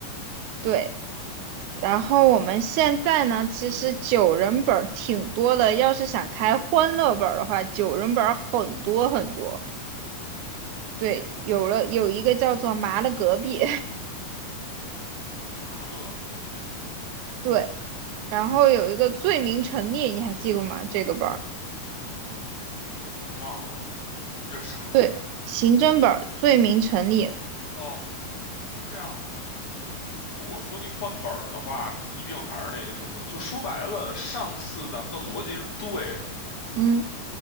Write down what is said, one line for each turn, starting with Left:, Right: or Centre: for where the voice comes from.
Right: 对。然后我们现在呢，其实九人本儿挺多的，要是想开欢乐本儿的话，九人本儿很多很多。对，有了有一个叫做麻的隔壁，
Left: 麻乐隔壁
Right: <laughs> 对。然后有一个罪名成立，你还记过吗？这个本儿，
Left: 难民城成立，我已经忘了这是啥。
Right: 对，刑侦本儿，罪名成立，
Left: 哦，是这样的，对，如果说你换本儿的话，你一定还是那个什么，就说白了，上次咱们的逻辑是对的。
Right: 嗯，